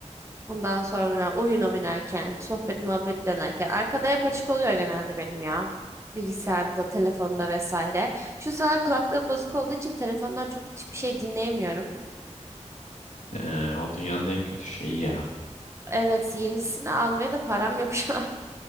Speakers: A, on the right (about 25°); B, on the left (about 85°).
A: Ondan sonra oyun oynarken, sohbet muhabbet dönerken arkada hep açık oluyor genelde benim ya. Bilgisayarda, telefonda vesaire. Şu sıralar kulaklığı bozuk olduğu için telefondan çok hiçbir şey dinleyemiyorum.
B: Ee, o dünyanın en kötü şeyi ya.
A: Evet, yenisini almaya da param yok şu an. <laughs>